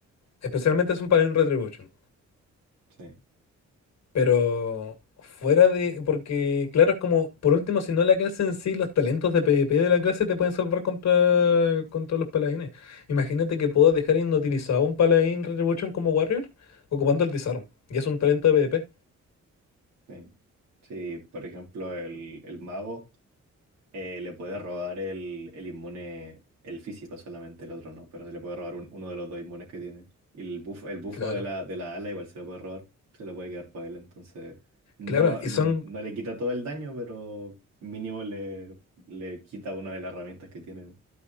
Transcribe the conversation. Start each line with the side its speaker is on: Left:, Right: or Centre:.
Left: Especialmente es un Paladín Retribution.
Right: Sí,
Left: Pero fuera de, porque claro, es como, por último, si no la clase en sí, los talentos de PvP de la clase te pueden salvar contra, contra los paladines. Imagínate que puedo dejar inutilizado un paladín Retribution como Warrior ocupando el disarm. Y es un talento de PvP.
Right: sí. Sí, por ejemplo, el, el mago. Eh, le puede robar el, el inmune, el físico solamente, el otro no, pero se le puede robar un- uno de los dos inmunes que tiene. Y el bufo, el bufo
Left: Claro.
Right: de la, de la ala igual se lo puede robar, se lo puede quedar para él, entonces no,
Left: Claro,
Right: n-
Left: y son
Right: no le quita todo el daño, pero mínimo le, le quita una de las herramientas que tiene.